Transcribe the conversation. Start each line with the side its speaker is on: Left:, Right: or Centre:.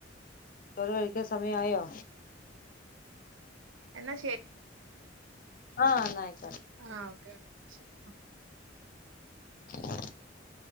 Left: ചോറ് കഴിക്കാൻ സമയായോ
Right: എന്നാ
Left: ആഹ് ങ്ങായി
Right: ആഹ് ഓക്കെ ഓക്കെ ശരി
Left: <inaudible>